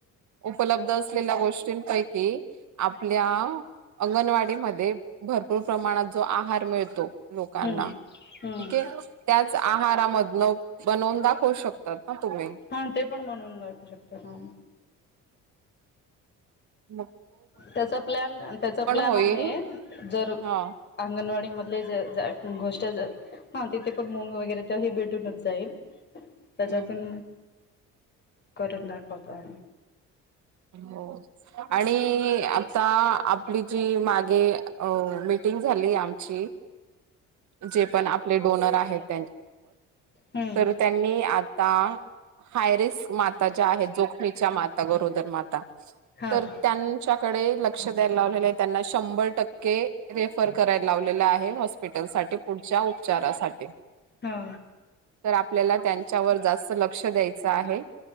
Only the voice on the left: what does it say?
हम्म हम्म
हा ते पण बनवून दाखव शकत ह
त्याचा प्लॅन त्याचा प्लॅन
आहे जर
अंगणवाडी म आपले जर गोष्ट जर हा तिथे पण मंग वगैरे तर हे भेटूनच जाईल त्याच्यातून
करर्ूनंदाखत आ
हम्म
हो
हो